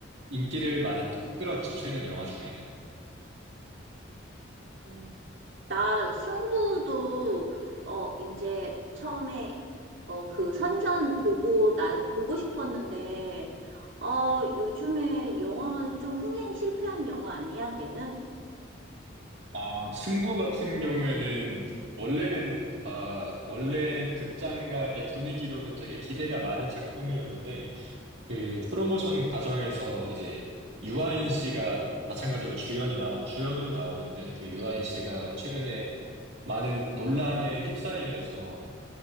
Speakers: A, on the right; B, on the right.
A: 인기를 많이 끌었지, 최근 영화 중에는.
B: 음. 나 승부도 어 이제 처음에 어 그 선전 보고 나 보고 싶었는데 어 요즘에 영화관은 좀 흥행 실패한 영화 아니야, 걔는?
A: 아, 승부 같은 경우에는, 원래는, 아, 원래 극장가의 분위기로는 되게 기대가 많은 작품이었는데, 그 프로모션 과정에서 이제 유아인 씨가 마찬가지로 주연이 나오, 주연으로 나오는데, 그 유아인 씨가 최근에 많은 논란에 휩싸이면서